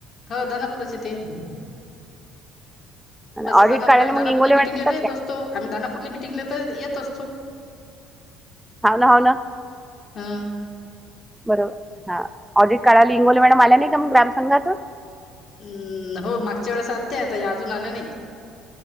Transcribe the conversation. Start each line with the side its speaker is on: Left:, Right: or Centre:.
Left: कळतं ना पूरस्थिती आहे.
Centre: आणि
Left: बस
Centre: ऑडिट
Left: दानापूर
Centre: काढायला
Left: आम्ही
Centre: मग
Left: दानापूर
Centre: इंगोले
Left: ला
Centre: मॅडम
Left: मीटिंग
Centre: येतात
Left: घेता येत असतो, दानापूरले मीटिंगले येत असतो.
Centre: हा ना हो ना
Left: हा
Centre: बर हा ऑडिट काढायला इंगोले मॅडम आल्या नाही का मग ग्रामसंघातून?
Left: हम्म हो मागच्या वेळेस आलत्या या अजून आल्या नाहीत.